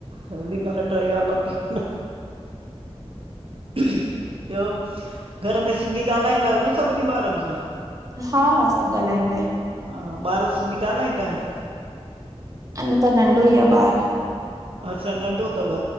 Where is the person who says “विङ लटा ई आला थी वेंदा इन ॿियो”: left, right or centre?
Right